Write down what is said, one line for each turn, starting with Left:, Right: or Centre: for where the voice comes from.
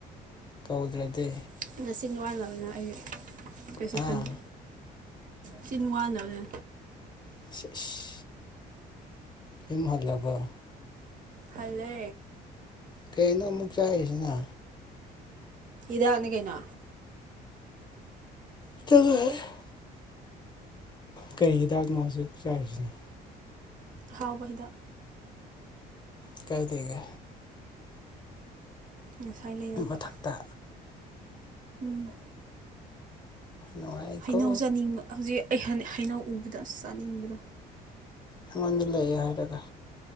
Left: ꯀꯧꯗ꯭ꯔꯗꯤ
Right: <unintelligible> ꯑꯩ ꯀꯩꯁꯨ
Left: ꯑꯥ
Right: ꯈꯟꯗꯦ ꯁꯤ ꯋꯥꯅꯅꯦ
Left: <inaudible> ꯌꯍꯜꯂꯕꯣ
Right: ꯐꯂꯦ
Left: ꯀꯩꯅꯣ ꯑꯃꯨꯛ ꯆꯥꯏꯔꯤꯁꯤꯅ
Right: ꯏꯗꯦ ꯑꯅꯤꯡꯀꯩꯅ
Left: ꯑꯗꯨꯒ ꯀꯔꯤ ꯍꯤꯗꯥꯛꯅꯣ ꯍꯧꯖꯤꯛ ꯆꯥꯔꯤꯁꯤꯅꯣ
Right: ꯍꯥꯎꯕ ꯍꯤꯗꯥꯛ
Left: ꯀꯩ ꯊꯒꯦ
Right: ꯉꯁꯥꯏ ꯂꯩꯔꯛꯄ
Left: ꯃꯊꯛꯇ
Right: ꯎꯝ
Left: ꯅꯨꯡꯉꯥꯏꯀꯣ
Right: ꯍꯩꯅꯧ ꯆꯥꯅꯤꯡꯕ ꯍꯧꯖꯤꯛ ꯑꯩ ꯍꯩꯅꯧ ꯎꯕꯗ ꯆꯥꯅꯤꯡꯕꯗ
Left: ꯑꯩꯉꯣꯟꯗ ꯂꯩꯌꯦ ꯍꯥꯏꯔꯒ